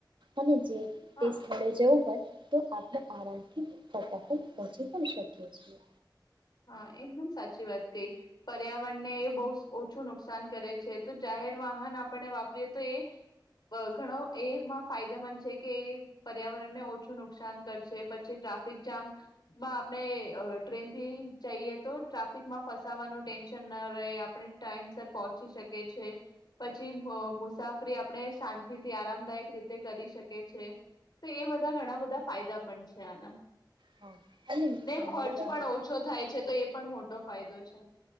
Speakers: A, on the right; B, on the left.
A: અને જે તે
B: હા
A: સ્થળે જેવું હોય તો આપણે આરામ થી ફટાફટ પહોચી પણ શકીએ છીએ.
B: હા એકદમ સાચી વાત કઈ પર્યાવરણને એ બહુ ઓછું નુકસાન કરે છે તો જાહેર વાહન આપણે વાપરીએ તો એ ઘણો એમાં ફાયદામંદ છે કે એ પર્યાવરણને ઓછું નુકસાન કરશે પછી ટ્રાફિક જામમાં આપણે ટ્રેનથી જઈએ તો ટ્રાફિકમાં ફસાવાનું ટેન્શન ના રહે આપણે ટાઈમ સર પહોંચી શકે છે પછી મુસાફરી આપણે શાંતિથી આરામદાયક રીતે કરી શકે છે તો એ બધા ઘણા બધા ફાયદા પણ છે આના.
A: હા અને
B: ને
A: ખાનગી
B: ખર્ચ
A: વાહન
B: પણ ઓછો થાય. તો એ પણ મોટો ફાયદો છે.